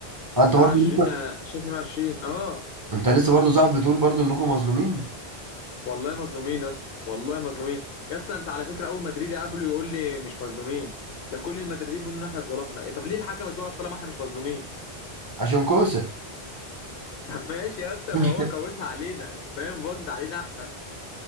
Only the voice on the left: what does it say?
بتاع
20
2022 اه
والله مظلومين يا اسطى والله مظلومين يا اسطى انت على فكره اول مدريدي قابله يقول لي مش مظلومين ده كل المدريدين بيقولوا ان احنا اتظلمنا إيه طب ليه الحكم اتوقف طالما احنا مش مظلومين
<laughs> طب ماشي يا اسطى
ما هو كوسها علينا فاهم باظت علينا احنا